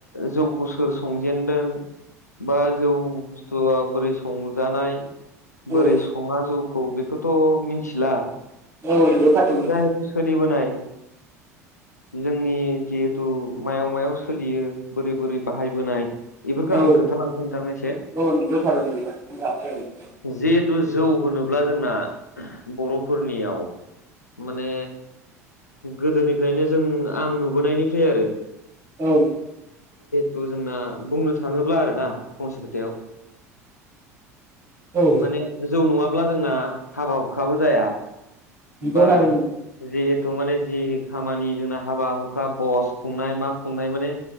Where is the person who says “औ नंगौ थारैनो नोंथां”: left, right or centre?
Right